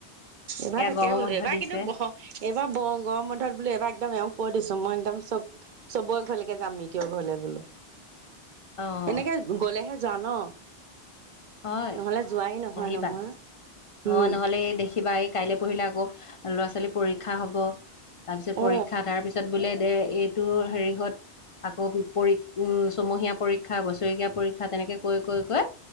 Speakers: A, on the right; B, on the left.
A: এইবাৰ
B: এয়া
A: তাকে
B: গৰমৰ
A: বোলো
B: বন্ধ
A: এইবাৰ
B: দিছে
A: কিন্তু ব এইবাৰ ব গৰম বন্ধত বোলো এইবাৰ একদম এওঁক কৈ দিছো। মই একদম চব চবৰে ঘৰলৈকে যাম মিতীয় ঘৰলে বোলো।
B: অ',
A: এনেকে গলেহে যোৱা ন
B: হয়
A: নহলে যোৱাই নহয়
B: আহিবা
A: নহয়
B: অ
A: উম
B: নহ'লে দেখিবা এই কাইলৈ পঢ়িলে আকৌ ল'ৰা ছোৱালীৰ পৰীক্ষা হ'ব তাৰপিছত
A: অ
B: পৰীক্ষা তাৰ পিছত বোলে দে এইটো সেৰিহত আকৌ পৰিক্ষীয়া ছমহীয়া পৰিক্ষীয়া বছৰেকীয়া পৰিক্ষীয়া কথা তেনেকে কৈ কৈ কৈ